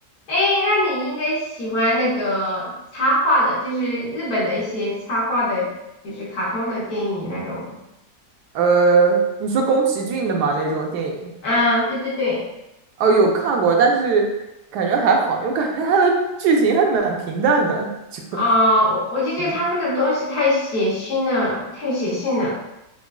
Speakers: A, on the left (about 70°); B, on the right (about 85°).
A: 哎，那你应该喜欢那个插画的，就是日本的一些插画的，就是卡通的电影那种的
B: 呃，你说宫崎骏的嘛那种电影，
A: 啊，嗯对对对，
B: 哦，有看过，但是感觉还好，因为感觉他的剧情还蛮平淡的，就
A: 啊、我我就觉得他们的东西太血腥了，
B: <laughs> 嗯。
A: 太血腥了，